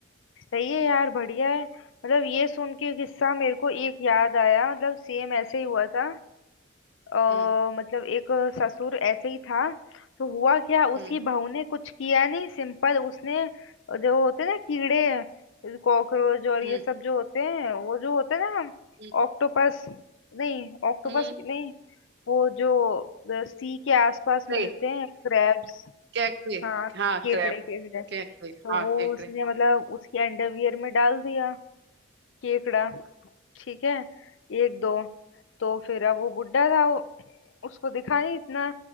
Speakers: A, on the left; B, on the right.
A: सही है यार बढ़िया है मतलब ये सुन के किस्सा मेरे को एक याद आया मतलब सेम ऐसे ही हुआ था आ,
B: हम्म
A: मतलब एक ससुर ऐसे ही था तो हुआ क्या
B: हम्म
A: उसकी बहू ने कुछ किया नहीं सिंपल उसने जो होते हैं ना कीड़े कॉकरोच और
B: हम्म
A: ये सब जो होते हैं वो जो होते हैं ना
B: हम्म
A: ऑक्टोपस नहीं ऑक्टोपस
B: हम्म
A: नहीं वो जो अ, सी के आसपास
B: कैकड़े
A: मिलते हैं क्रैब्स
B: कैकड़े कैकड़े
A: हाँ
B: हाँ
A: केकड़े
B: क्रैप
A: केकड़े
B: कैकड़े
A: तो
B: हाँ
A: वो
B: कैकड़े
A: उसने मतलब उसकी अंडरवियर में डाल दिया केकड़ा ठीक है एक दो तो फिर अब वो बुड्ढा था वो उसको दिखा नहीं इतना